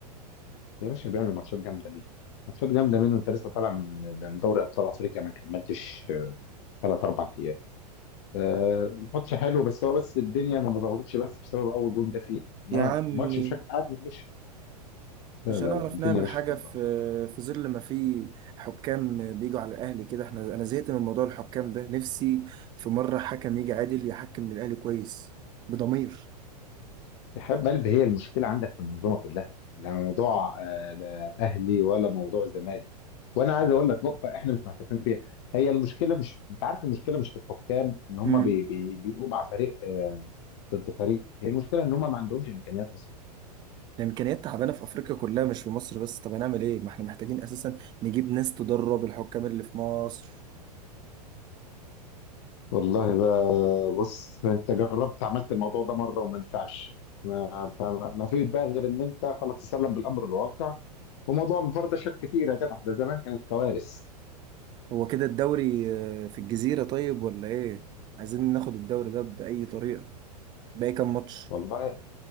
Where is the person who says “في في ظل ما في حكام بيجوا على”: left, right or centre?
Right